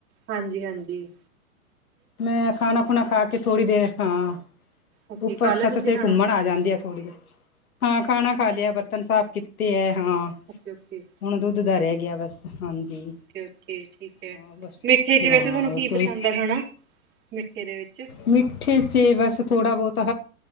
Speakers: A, on the right (about 25°); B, on the left (about 75°).
A: ਹਾਂਜੀ-ਹਾਂਜੀ।
B: ਮੈ ਖਾਨਾ ਖੁਨਾ ਖਾ ਕੇ ਥੋੜੀ ਦੇਰ ਹਾਂ।
A: ਓਕੇ
B: ਉੱਪਰ
A: ਖਾ ਲਿਆ
B: ਛੱਤ
A: ਤੁਸੀਂ
B: ਤੇ
A: ਖਾਣਾ
B: ਘੁੰਮਣ ਆ ਜਾਂਦੀ ਆ ਥੋੜੀ ਦੇਰ, ਹਾਂ ਖਾਣਾ ਖਾ ਲਿਆ ਬਰਤਨ ਸਾਫ਼ ਕੀਤੇ ਹੈ ਹਾਂ,
A: ਓਕੇ ਓਕੇ
B: ਹੁਣ ਦੁੱਧ ਦਾ ਰਹਿ ਗਿਆ ਬਸ ਹਾਂਜੀ।
A: ਓਕੇ-ਓਕੇ, ਠੀਕ ਹੈ
B: ਹਾਂ ਬਸ
A: ਮਿੱਠੇ 'ਚ
B: ਹਾਂ
A: ਵੈਸੇ ਤੁਹਾਨੂੰ
B: ਬਸ
A: ਕੀ
B: ਉਹੀ
A: ਪਸੰਦ ਆ ਖਾਣਾ, ਮਿੱਠੇ ਦੇ ਵਿੱਚ।
B: ਮਿੱਠੇ ਚ ਬਸ ਥੋੜਾ ਬਹੁਤਾ